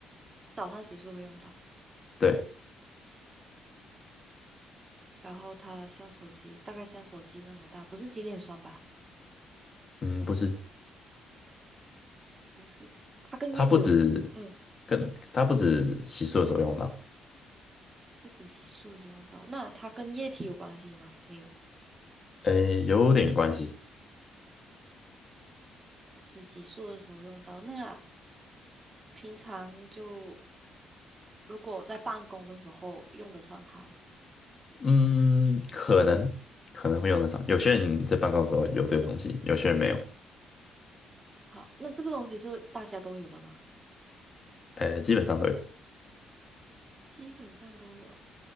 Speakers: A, on the right (about 30°); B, on the left (about 40°).
A: 早上洗漱会用到，
B: 对，
A: 然后它像手机，大概像手机那么大，不是洗脸霜吧？
B: 嗯，不是，
A: 我是洗它跟液体有，
B: 它不止
A: 嗯，
B: 跟它不止洗漱的时候用到，
A: 不止洗漱的时候用到。那它跟液体有关系吗？没有，
B: 诶，有点关系。
A: 只洗漱的时候用到。那平常就如果在办公的时候用得上它吗？
B: 嗯，可能可能会用得上。有些人在办公的时候有这个东西，有些人没有。
A: 好，那这个东西是大家都有的吗？
B: 呃，基本上都有。
A: 基本上都有。